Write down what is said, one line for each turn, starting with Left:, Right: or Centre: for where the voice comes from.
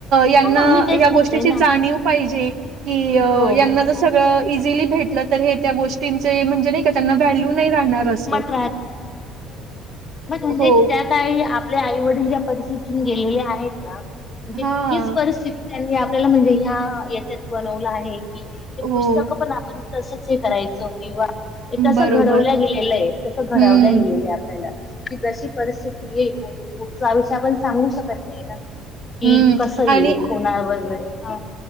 Right: यांना
Left: हो मग मी तेच
Right: या
Left: म्हणतेय
Right: गोष्टीची
Left: ना
Right: जाणीव पाहिजे कि
Left: हो
Right: यांना जर
Left: हो
Right: सगळं इझिली भेटलं तर हे त्या गोष्टींचे म्हणजे ते नाही का त्यांना व्हॅल्यू नाही राहणार अस
Left: <unintelligible> म्हणे
Right: हो
Left: ज्याकाळी आपल्या आई वडील पद्धतीने गेलेल आहेत ना म्हणजे
Right: हा
Left: तीच परिस्थिती त्यांनी आपल्याला म्हणजे ह्या याच्यात बनवलं आहे की ते
Right: हो
Left: पुस्तक पण आपण तसच हे करायचो किंवा तस
Right: बरोबर
Left: घडवल्या गेलेलं आहे तसं घडवल्या
Right: हम्म
Left: गेलेलं आहे आपल्याला कि जशी परिस्थिती येईल म्हणजे पुढचा आयुषय आपण सांगू शकत नाही ना कि
Right: हम्म
Left: कसं येईल
Right: आणि
Left: कोणा बरोबर